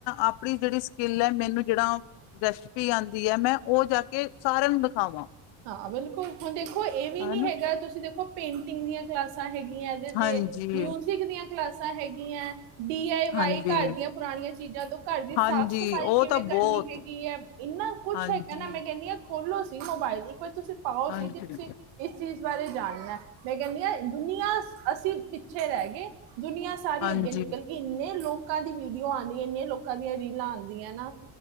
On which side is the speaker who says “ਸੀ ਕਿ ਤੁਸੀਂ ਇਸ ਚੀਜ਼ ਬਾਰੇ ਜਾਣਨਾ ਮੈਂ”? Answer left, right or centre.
Right